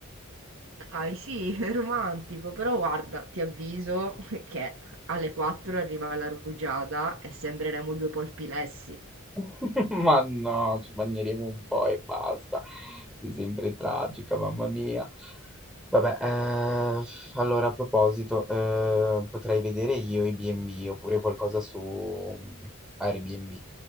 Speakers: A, on the right; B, in the centre.
A: Dai, sì, è romantico, però guarda, ti avviso che alle 4 arriva la rugiada e sembreremo due polpilessi.
B: <laughs> Ma no, ci bagneremo un po' e basta. Sei sempre tragica, mamma mia. Vabbè, eh, allora a proposito, eh, potrei vedere io i B&B oppure qualcosa su mm, Airbnb.